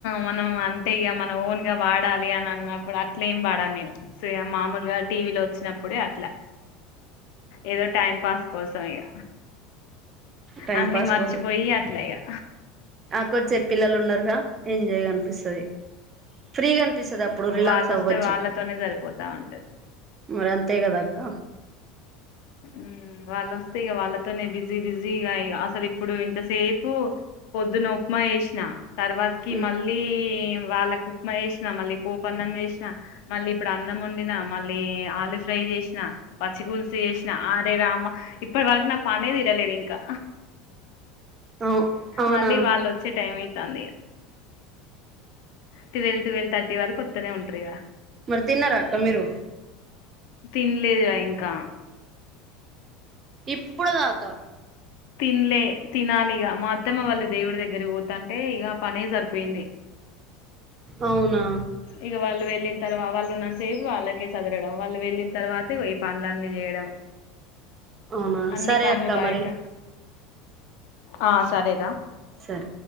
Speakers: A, on the left; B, on the right.
A: మనం అంటే ఇగ మనం ఓన్గా వాడాలి అని అన్నప్పుడు అట్లెం పాడాన్ నేను సేయ్ మామూల్గా టీవీలో ఒచ్చినప్పుడే అట్లా ఏదో టైం పాస్ కోసం ఇగ
B: టైం
A: అన్ని
B: పాస్
A: మర్చిపోయి
B: కోసం
A: అట్ల అయ్యా
B: ఆకొచ్చే పిల్లలు ఉన్నారుగా ఎంజ్గా అనిపిస్తుంది ఫ్రీగా అనిపిస్తాది అప్పుడు రిలాక్స్
A: వాళ్ళు
B: అవ్వచ్చు
A: వస్తే వాళ్ళతోనే సరిపోతా ఉంటది
B: మరి అంతే కదా అక్క
A: మ్ వాళ్ళు వస్తే ఇగ వాళ్ళతోనే బిజీ బిజీ అసలు ఇప్పుడు ఇంతసేపు పో పొద్దున ఉప్మా చేసిన తర్వాతికి
B: హ్మ్
A: మళ్ళీ వాళ్ళకి ఉప్మా చేసిన మళ్ళీ పోప్ అన్నం చేసిన మళ్ళీ ఇప్పుడు అన్నం వండినా మళ్ళీ ఆలు ఫ్రై చేసిన పచ్చిపుల్ చేసిన అరే రామా ఇప్పటి వరకు నా పనే తిరలేదు ఇంకా
B: అవు అవునా
A: మళ్ళీ వాళ్ళు వచ్చే టైం అయితంది ఇగ ట్వీల్వ్ ట్వీల్వ్ థర్టీ వరకు ఒత్తనే ఉంట్రిగ
B: తిన్నారా అక్క మీరు
A: తిన్లేదు రా ఇంకా
B: ఇప్పుడి దాకా
A: తిన్లే తినాలి ఇగ మా అత్తమ్మ వాళ్ళు దేవుడి దగ్గర పోతుంటే ఇగ ఆ పనే సరిపోయింది
B: అవునా
A: ఇగ వాళ్ళు వెళ్ళిన తర్వా వాళ్ళు ఉన్నానాతసేపు వాళ్ళకే సదరడం వాళ్ళు వెళ్ళిన తర్వాత ఇగో ఇ పనులన్ని చేయడం
B: అవున
A: అన్ని
B: సరే
A: పనులు
B: అక్క
A: బయట
B: మరి
A: ఆ సరేరా
B: సరే